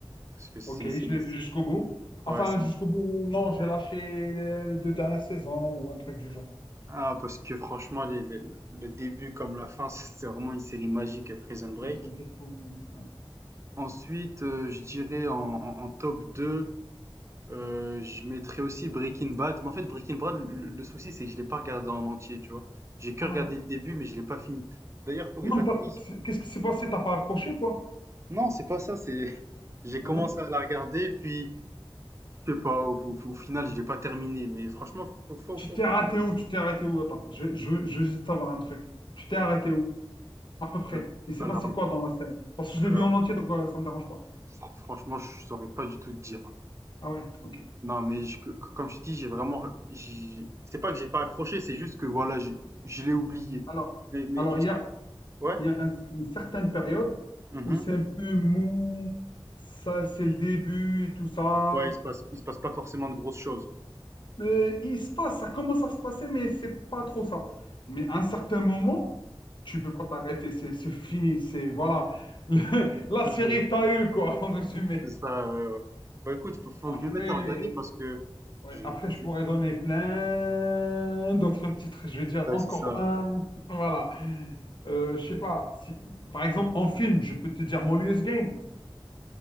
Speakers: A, on the right; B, on the left.
A: parce que c'est...
B: Ok,
A: c'est-
B: je l'ai vu
A: c'est-
B: jusqu'au bout. Enfin,
A: Ouais, c'est...
B: jusqu'au bout, non, j'ai lâché les, les deux dernières saisons ou un truc du genre.
A: Ah, parce que franchement, les- les- le début comme la fin, <laughs> c'est c'est vraiment une série magique, Prison Break.
B: Un truc du genre, mais, ouais.
A: Ensuite, euh, je dirais en, en- en top deux Heu, je mettrais aussi Breaking Bad, mais en fait Breaking Bad, le le souci c'est que je l'ai pas regardé en entier, tu vois? J'ai que
B: Ah,
A: regardé le début, mais je l'ai pas fini. D'ailleurs, faut que
B: non,
A: je la
B: pas-
A: finisse.
B: qu'est-ce qui s'est passé? T'as pas accroché ou quoi?
A: Non, c'est pas ça, c'est <laughs> j'ai
B: Hein
A: commencé à la regarder, puis je sais pas, au, au- au final, je l'ai pas terminé, mais franchement, faut, faut,
B: Tu
A: faut faut
B: t'es
A: que...
B: arrêté où? Tu t'es arrêté où? Attends, je, je, veux je veux juste savoir un truc. Tu t'es arrêté où? À peu près.
A: euh,
B: Il s'est
A: Alors,
B: passé quoi dans la série? Parce que je l'ai
A: alors,
B: vu en entier, donc euh, ça me dérange pas.
A: fr- franchement, je saurais pas du tout te dire. hein.
B: Ah ouais, ok.
A: Non, mais je- que- que- comme je te dis, j'ai vraiment, j'ai- c'est pas que j'ai pas accroché, c'est juste que voilà, je, je l'ai oublié.
B: Alors,
A: Mais, mais
B: alors
A: juste,
B: il y a,
A: ouais.
B: il y a un- une certaine période
A: Mm-hmm.
B: où c'est un peu mou, ça c'est le début et tout ça.
A: Ouais, il se passe, il se passe pas forcément de grosses choses.
B: Mais il se passe, ça commence à se passer, mais c'est pas trop ça. Mais à un certain moment, tu peux pas t'arrêter, c'est c'est fini, c'est voilà. <laughs> la
A: <laughs>
B: série t'a eu, quoi, en résumé.
A: C'est ça, ouais, ouais. Bah écoute, faut, faut
B: Après,
A: que je me mette à regarder parce que
B: ouais,
A: je-
B: après,
A: je-
B: je
A: je-
B: pourrais donner plein d'autres titres. Je vais dire
A: ouais,
B: encore
A: c'est ça. Ouais.
B: un. <laughs> Voilà. Euh, je sais pas. Si, par exemple, en film, je peux te dire Molly's Game.